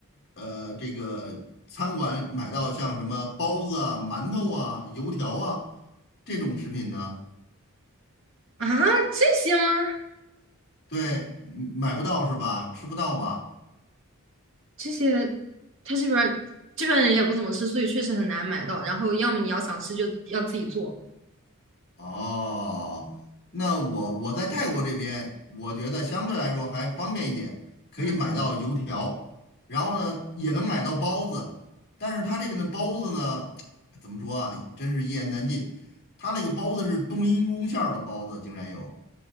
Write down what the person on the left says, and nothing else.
呃这个餐馆买到像什么包子啊、馒头啊、油条啊这种食品呢？
对，嗯买不到是吧？吃不到吧？
哦，那我我在泰国这边，我觉得相对来说还方便一点，可以买到油条，
然后呢也能买到包子，但是他这边的包子呢，<tsk> 怎么说啊，真是一言难尽。他那个包子是冬阴功馅儿的包子，竟然有，